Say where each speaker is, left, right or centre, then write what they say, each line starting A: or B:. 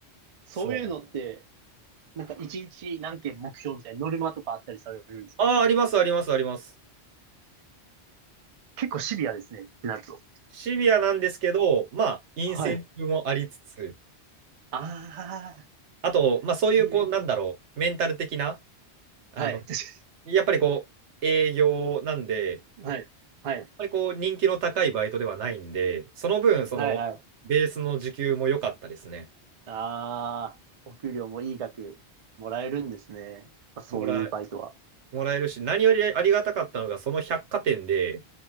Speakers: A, on the right (about 45°); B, on the right (about 85°).
A: そういうのって、
B: そうなん。
A: なんか一日何件目標みたいなノルマとかあったりされるんですか
B: ああ、あります、あります、あります。
A: 結構シビアですね、ってなると。
B: シビアなんですけど、まあ、インセンティブもありつつ、
A: はい。ああ、
B: あと、まあ、そういう、
A: いい
B: こう、なんだろう、メンタル的な、あの、
A: はい。<laughs> 確か
B: やっぱりこう、営業なんで、やっ
A: にはい。はい。
B: ぱりこう、人気の高いバイトではないんで、その分、その、
A: はい。はい。
B: ベースの時給も良かったですね。
A: ああ、お給料もいい額もらえるんですね。やっぱそういうバイトは。
B: もら、もらえるし、何よりありがたかったのが、その百貨店で、